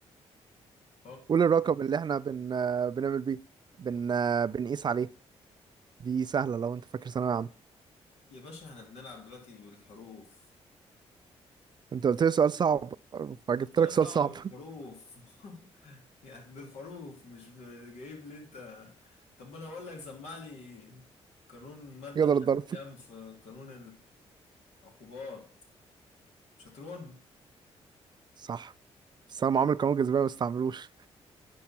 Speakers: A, on the left; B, on the right.
A: فكر
B: قول الرقم اللي احنا بن بنعمل بيه بن بنقيس عليه دي سهلة لو انت فاكر ثانوية عامة
A: يا باشا احنا بنلعب دلوقتي بالحروف
B: انت قلت لي سؤال صعب فجبت
A: ده سؤال
B: لك سؤال
A: صعب
B: صعب
A: بالحروف
B: <laughs>
A: <laughs> يعني بالحروف مش ب- جايب لي انت طب انا اقول لك سمع لي قانون مادة
B: يقدر
A: مش
B: الضرب
A: عارف كام في قانون العقوبات مش هترد
B: صح بس انا عمري قانون الجاذبية ما استعملوش